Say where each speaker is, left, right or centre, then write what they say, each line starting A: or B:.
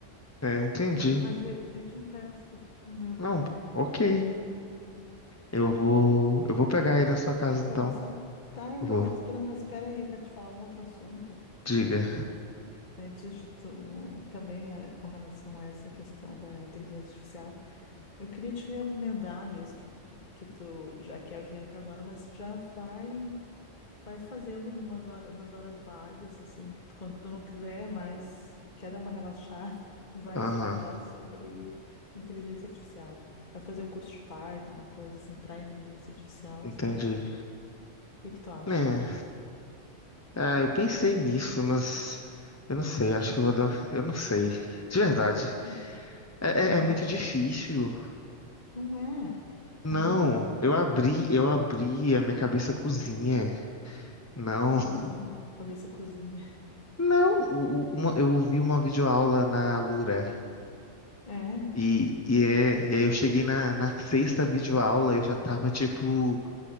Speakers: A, on the left; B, on the left.
A: é, entendi.
B: mas eu, eu te empresto o meu VR.
A: Não, ok. Eu
B: Pode
A: vou,
B: vir.
A: eu vou pegar aí na sua casa, então.
B: Vai passar? Tá, eu
A: Vou.
B: vou estar te esperando, mas espera aí, eu quero te falar um outro assunto.
A: Diga.
B: Antes de tu, também eh, com relação a essa questão da inteligência artificial, eu queria te recomendar mesmo que, que tu já quer o dinheiro para agora, mas já vai vai fazendo numas horas, nas horas vagas, assim, que tu- quando tu não quiser mais, quer dar uma relaxada, <laughs> vai
A: Aham,
B: estudar sobre inteligência artificial. Vai fazer um curso de Python, uma coisa assim, para inteligência artificial,
A: entendi.
B: sabe? O que que tu acha?
A: Né? É, eu pensei nisso, mas eu não sei, acho que eu vou dar. Eu não sei. De verdade.
B: Ok.
A: É,
B: É?
A: é- é muito difícil.
B: Não é,
A: Não,
B: não é muito difícil.
A: eu abri, eu abri a minha cabeça cozinha. Não.
B: Como
A: <laughs>
B: assim? Cabeça cozinha.
A: Não, o- o- uma- eu vi uma videoaula na Alura.
B: <laughs> É.
A: E, e, é, e aí eu cheguei na, na sexta videoaula, eu já tava tipo,